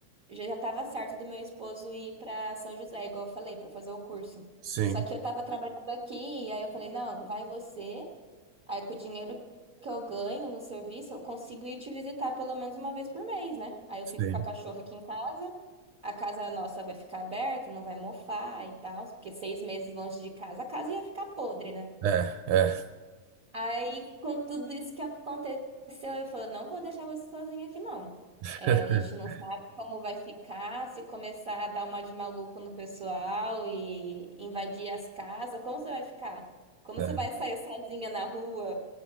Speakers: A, on the right (about 40°); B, on the right (about 80°).
A: já já tava certo do meu esposo ir para São José, igual eu falei, para fazer o curso.
B: Sim,
A: Só que eu tava trabalhando aqui, e aí eu falei, não, vai você. Aí com o dinheiro que eu ganho no serviço, eu consigo ir te visitar pelo menos uma vez por mês, né? Aí eu
B: sim.
A: fico com a cachorra aqui em casa. A casa nossa vai ficar aberta, não vai mofar e tal, porque seis meses longe de casa, a casa ia ficar podre, né?
B: É, é.
A: Aí, com tudo isso que aconteceu, eu falei, não vou deixar você sozinha aqui, não.
B: <laughs>
A: É, a gente não sabe como vai ficar, se começar a dar uma de maluco no pessoal e invadir as casas, como você vai ficar? Como
B: É,
A: você vai sair sozinha na rua?